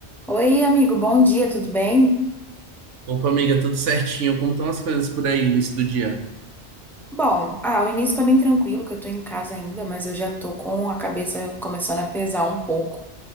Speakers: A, in the centre; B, on the right.
A: Oi, amigo, bom dia, tudo bem?
B: Opa, amiga, tudo certinho? Como estão as coisas por aí, início do dia?
A: Bom, ah, o início tá bem tranquilo, que eu tô em casa ainda, mas eu já tô com a cabeça começando a pesar um pouco